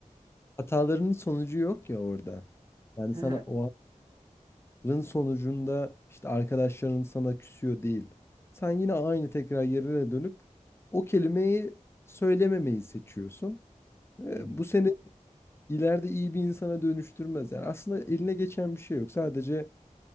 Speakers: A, on the left (about 20°); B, on the right (about 35°).
A: Hatalarının sonucu yok ya orada. Yani
B: <laughs>
A: sana o hataların sonucunda işte arkadaşların sana küsüyor değil. Sen yine aynı tekrar yerine dönüp o kelimeyi söylememeyi seçiyorsun. E,
B: Hı hı.
A: bu seni ileride iyi bir insana dönüştürmez. Yani aslında eline geçen bir şey yok. Sadece